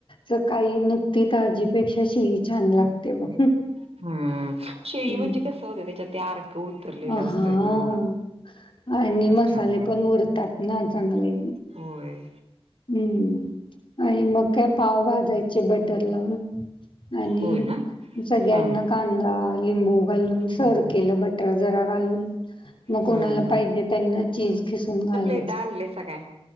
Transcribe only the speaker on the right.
हम्, म शीळी
म्हणजे कस होतं त्याच्यात ते अर्क उतरलेला
असतोय
ना.
त्याच्यामुळं
होय.
होय ना
हम्म
हम्म
हम्म.
ते काय आणलयसा काय?